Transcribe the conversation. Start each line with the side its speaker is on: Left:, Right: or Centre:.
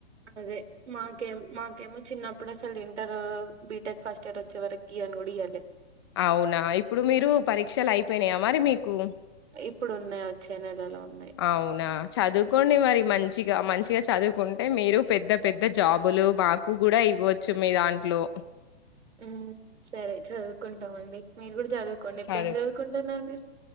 Right: అదే మాకేం మాకేమో చిన్నప్పుడు అసలు ఇంటర్ బిటెక్ ఫస్ట్ ఇయర్ వచ్చే వరకి ఇయాన్ గుడా ఇయ్యలే
Left: అవునా ఇప్పుడు మీరు పరీక్షలు అయిపోయినాయా మరి మీ కు
Right: ఇప్పుడు ఉన్నాయి వచ్చే నెలలో ఉన్నాయి
Left: అవునా చదుకోండి మరి మంచి ఈగా మంచిగా చదువుకుంటే మీరు పెద్ద పెద్ద జాబులు మాకు కూడా ఇవ్వచ్చు మీ దాంట్లో
Right: హ్మ్ సరే చదువుకుంటామండి మిర్గుడ చదువుకోండి ఇప్పుడు
Left: చదువు
Right: ఏం చదువుకుంటున్నారు మీర్